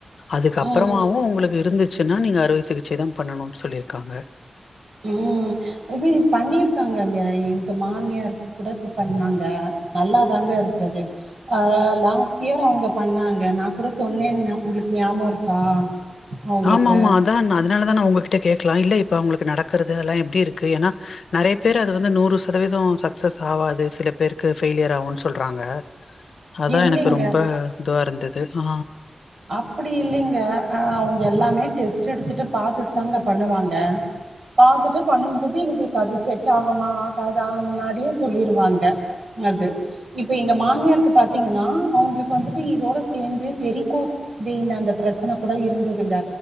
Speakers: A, on the left; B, on the right.
A: அதுக்கு அப்றமாவூ
B: ம்
A: உங்ளுக்கு இருந்து சன்னா நீங்க அறுவ சிகிச்சை தா பண்ணணூனு சொல்லிருக்காங்க
B: உம் இது பண்ணிருக்காங்கங்க எங்க மாமியாருக்கு கூட இப்ப பண்ணாங்க நல்லாதாங்க இருக்குது அ லாஸ்ட் இயர் அவங்க பண்ணாங்க நா கூட சொன்னேன்னு உங்ளுக்கு ஞாபோ இருக்கா அவங்களுக்கு
A: ஆமா ஆமா அதான் அது அதனாலதா நா உங்ககிட்ட கேக்கலா இல்ல இப்போ அவுங்ளுக்கு நடக்றது அதெல்லா எப்டி இருக்கு ஏன்னா நெறைய பேர் அது வந்து நூறு சதவீதோ சக்சஸ் ஆவாது சில பேருக்கு ஃபெய்லியர் ஆகுன் சொல்றாங்க அதா
B: இல்லைங்க
A: எனக்கு ரொம்ப இதுவா இருந்துது ஆ
B: அப்டி இல்லைங்க அ அவுங்க எல்லாமே டெஸ்ட் எடுத்திட்டு பாத்துட் தாங்க பண்ணுவாங்க பாத்திட்டு பண்ணுபோது உங்ளுக்கு அது செட் ஆகமா ஆகாதா முன்னாடியே சொல்லிருவாங்க அது இப்ப எங்க மாமியாருக்கு பாத்தீங்கன்னா அவங்ளுக்கு வந்திட்டு இதோட சேந்து வெறிக்கோஸ் வீன் அந்த பிரச்சன கூட இருந்துதுங்க